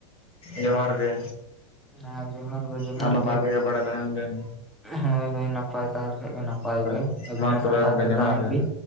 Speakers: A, on the left; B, in the centre.
A: ᱡᱚᱦᱟᱨ ᱜᱮ
B: ᱦᱮᱸ ᱡᱚᱦᱟᱨ ᱜᱮ ᱡᱚᱦᱟᱨ
A: ᱚᱱᱟ ᱱᱟᱯᱟᱭ ᱜᱮ ᱵᱟᱲᱮ ᱛᱟᱦᱮᱱ ᱵᱮᱱ
B: ᱦᱳᱭ ᱦᱳᱭ ᱱᱟᱯᱟᱭ ᱛᱟᱦᱮᱸᱞᱮᱠᱷᱟᱡ ᱜᱮ ᱱᱟᱯᱟᱭ
A: ᱦᱳᱭ
B: ᱜᱮ ᱟᱵᱤᱱ
A: ᱢᱟ
B: ᱦᱚᱸ
A: ᱛᱚᱵᱮ
B: ᱱᱟᱯᱟᱭ
A: ᱜᱚᱢᱠᱮ
B: ᱛᱮ
A: ᱡᱚᱦᱟᱨ
B: ᱛᱟᱦᱮᱱ
A: ᱜᱮ
B: ᱵᱤᱱ